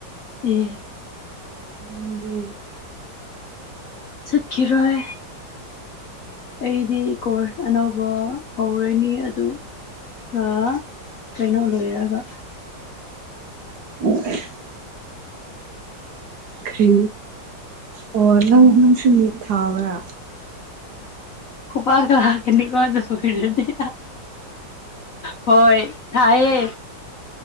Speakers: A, on the left; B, on the right.
A: ꯑꯝ
B: ꯑ <inaudible>
A: ꯆꯠꯈꯤꯔꯣꯏ ꯑꯩꯗꯤ ꯀꯣꯔꯁ ꯑꯅꯧꯕ ꯍꯧꯔꯣꯏꯅꯤ ꯑꯗꯨ ꯑ ꯀꯩꯅꯣ ꯂꯣꯏꯔꯒ
B: <inaudible> ꯀꯔꯤ ꯑꯣ ꯅꯪ ꯅꯪꯁꯨ ꯅꯤꯠ ꯊꯥꯕ꯭ꯔꯥ
A: ꯄꯨꯕꯥꯛ ꯂꯥꯛꯒꯅꯤꯒꯣ ꯅꯣꯢ ꯑꯅꯤ ꯍꯣꯏ ꯊꯥꯢꯌꯦ